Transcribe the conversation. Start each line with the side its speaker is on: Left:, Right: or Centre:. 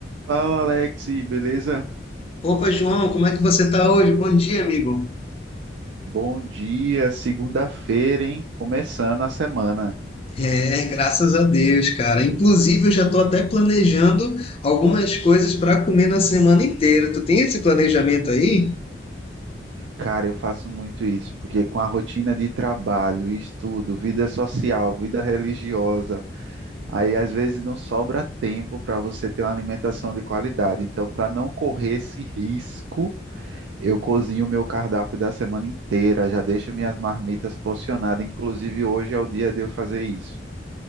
Right: Fala, Alex, beleza?
Left: Opa, João, como é que você tá hoje? Bom dia, amigo.
Right: Bom dia, segunda-feira, hein? Começando a semana.
Left: É, graças a Deus, cara. Inclusive, eu já tô até planejando algumas coisas para comer na semana inteira. Tu tem esse planejamento aí?
Right: Cara, eu faço muito isso, porque com a rotina de trabalho, estudo, vida social, vida religiosa, aí às vezes não sobra tempo para você ter uma alimentação de qualidade. Então, para não correr esse risco, eu cozinho o meu cardápio da semana inteira, já deixo minhas marmitas porcionadas. Inclusive, hoje é o dia de eu fazer isso.